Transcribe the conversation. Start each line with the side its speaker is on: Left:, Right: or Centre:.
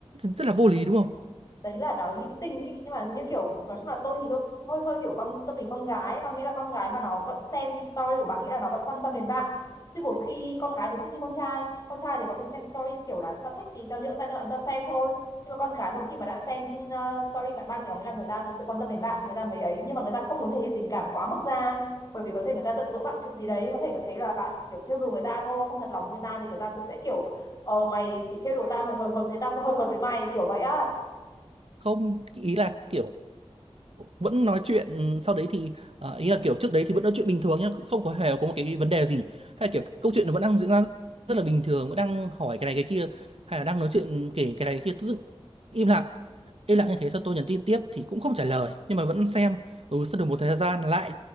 Right: rất là vô lý đúng không
Left: đấy là nói linh tinh ý nhưng mà như kiểu nói chung là tôi thì tôi cũng hơi hơi hiểu con tâm lý con gái ấy. có nghĩa là con gái mà nó vẫn xem story của bạn nghĩa là nó vẫn quan tâm đến bạn chứ một khi con gái thì không như con trai con trai thì có thể xem story kiểu là tao thích thì tao nhượng tay tao ấn tao xem thôi nhưng mà con gái một khi mà đã xem ờ, story bạn đăng thì có nghĩa là người ta thật sự quan tâm đến bạn thì người ta mới ấy nhưng mà người ta không muốn thể hiện tình cảm quá mức ra bởi vì có thể người ta giận dỗi bạn chuyện gì đấy có thể là thấy là bạn chỉ kiểu trêu đùa người ta thôi không thật lòng với người ta thì người ta cũng sẽ kiểu ờ mày chỉ trêu đùa tao hồi hồi hồi thế tao cũng hồi hồi với mày kiểu vậy á
Right: không ý là kiểu vẫn nói chuyện ừ, sau đấy thì ờ, ý là kiểu trước đấy thì vẫn nói chuyện bình thường nhá không có hề có một cái vấn đề gì hay là kiểu câu chuyện nó vẫn đang diễn ra rất là bình thường vẫn đang hỏi cái này cái kia hay là đang nói chuyện kể cái này cái kia tự dưng im lặng im lặng như thế sau tôi nhắn tin tiếp thì cũng không trả lời nhưng mà vẫn xem ừ sau được một thời gian lại